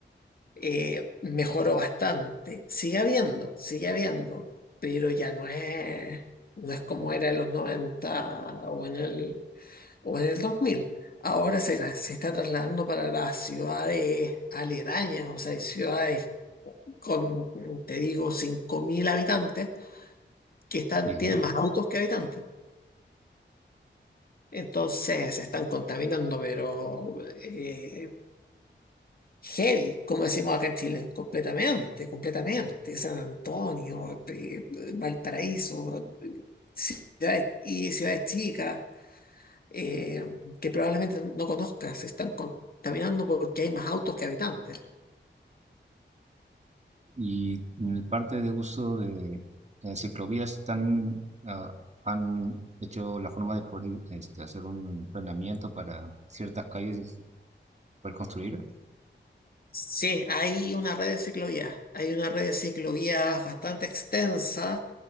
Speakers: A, on the left; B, on the right.
A: eh, mejoró bastante. Sigue habiendo, sigue habiendo, pero ya no es, no es como era en los 90 o en el o en el dos mil Ahora se, tra- se está trasladando para las ciudades aledañas, o sea, hay ciudades con, te digo, 5.000 habitantes que están,
B: Digo,
A: tienen más autos que habitantes. Entonces se están contaminando, pero eh, heavy, como decimos acá en Chile, completamente, completamente. San Antonio, eh, Valparaíso, ciudades, y ciudades chicas eh, que probablemente no conozcas, se están contaminando porque hay más autos que habitantes.
B: Y en el parte de uso de eh, ciclovías están, ah, han hecho la forma de poder este, hacer un planeamiento para ciertas calles y poder construir.
A: Sí, hay una red de ciclovías, hay una red de ciclovías bastante extensa.